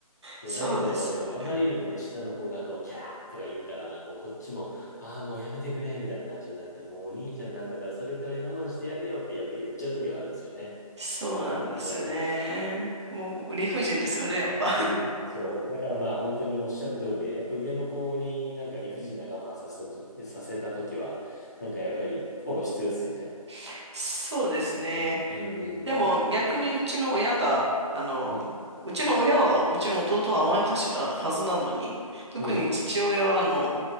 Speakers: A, on the left; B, on the right.
A: そう、
B: そうですよね。
A: だけど、もうあまりにもね、下の子がこう、キャーとか言うから、もうこっちも、ああ、もうやめてくれ、みたいな感じになって、もうお兄ちゃんなんだから、それくらい我慢してやれよって、やっぱ言っちゃう時はあるんですよね。
B: そうなんですよね。
A: うん。
B: もう理不尽ですよね、やっぱ。
A: うん。そう。だからまあ、本当におっしゃる通りで、やっぱ上の子になんか理不尽な我慢させた、させた時は、なんかやっぱりフォロー必要ですよね。
B: <laughs> そうですね。
A: うんうん
B: でも逆にうちの親が、あの、
A: うん。うん。
B: うちの親はうちの弟を甘やかしてたはずなのに、特に父親はあの、
A: うん。